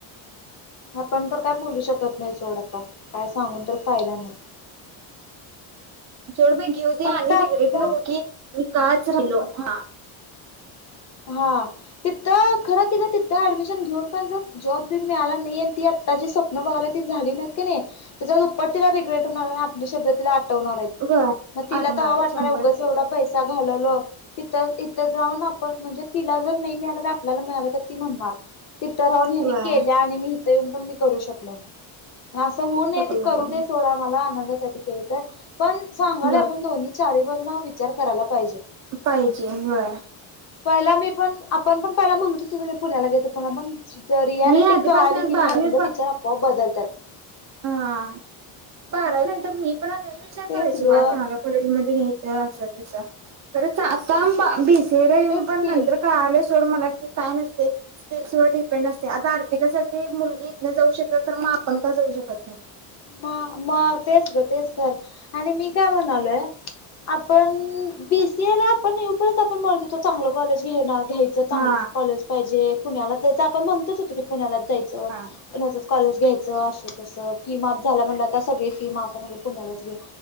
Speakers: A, on the left; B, on the right.
A: आपण तर काय बोलू शकत नाही सोड आता काय सांगून तर फायदा नाही.
B: तेवढ मग घेऊ दे
A: फक्त
B: आणि
A: आता
B: र रीघ रीट नको बाई की काच राहिलो हां -
A: हा तिथं खर तिन तिथ ऍडमिशन घेऊन पण जर जॉब बी मिळाला नाही ती - आता जी स्वप्न बगाल्या ती झाली नाहीती किणी त्याच्या दुप्पट तिला रिग्रेट होणार आणि आपली शब्द ति - आठवणार आहेत
B: व्हय
A: मग तिला
B: आठवून
A: तेंव्हा
B: आलाय
A: वाटणार
B: शंभर
A: उगाच
B: टक्के
A: येवढा पैसा - घालवलं तथ इथच राहून - पण म्हणजे तिला जर नाही मिळालं आपल्याला मिळालं तर ती म्हणणार तिथ राऊन यांनी
B: व्हय
A: केल्या आणि मी - येऊन पण मी करू शकलो नाही असं होऊ नये
B: शकलो
A: ती करू
B: ना मी
A: दे सोडा मला आनंद - आनंद च आहे ती केली तर पण सांगलोय
B: व्हय
A: आपण दोन्ही चार बाजून विचार करायला पाहिजे.
B: पाहिजे होय!
A: पहिला मी पण आपण पण पहिला म्हणतच पुण्याला घेत प पण - रियालिटी
B: मी आधीपासूनच
A: क आली की नाही
B: बारावी
A: आपलं विचार आपोआप बदलतात.
B: हा बारावी नंतर मी पण असाच विचार
A: तेच
B: करायचो
A: ग
B: बा चांगल्या कॉलेजमध्ये - <unintelligible> खरंच आता अंब बी सी ए येऊन
A: तेच
B: पण
A: की
B: नंतर कळलच! सोड म्हणाले की काय नसतय स्किल्स वर डिपेंड असतय अर्पिता सारखी मुलगी इथन जाऊ शकते तर मग - आपण का जाऊ शकत नाही.
A: म मग तेच ग तेच तर आणि मी काय म्हणालोय! आपण बी सी ए ला आपण येऊपर्यंत आपण म्हणत होतो चांगलं कॉलेज घेणार - घ्यायचं चांगलं
B: हा
A: कॉलेज पाहिजे पुण्याला जायचं आपण म्हणत होतो की पुण्याला जायचं
B: हा
A: पुण्याच - कॉलेज घ्यायचं असं तसं - फी माफ झा म्हण आता सग फी माफ पुण्यालाच घ्या